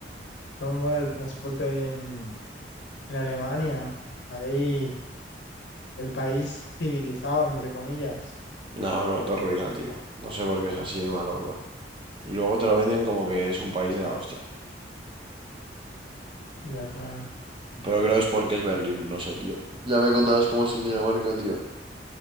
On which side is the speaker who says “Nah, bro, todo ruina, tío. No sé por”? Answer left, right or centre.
Right